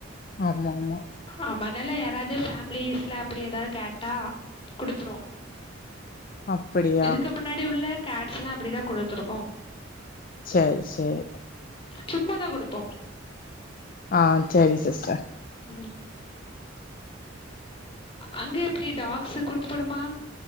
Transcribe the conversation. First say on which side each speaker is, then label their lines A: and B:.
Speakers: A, on the left; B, on the left.
A: ஆமா ஆமா
B: ஆமாண்ணல்ல யாராது இது ஃபேமிலிஸ்ல அப்டி ஏதாவது கேட்டா குடுத்துரு
A: அப்படியா
B: இதுக்கு முன்னாடி உள்ள கேட்ஸ் லா அப்படிதா குடுத்துருகோ
A: சர் சேர்
B: சும்மா தா குடுப்போ
A: ஆஹ் சரி சிஸ்டர்
B: ம் அங்க எப்டி டாக்ஸு குட்டி போடுமா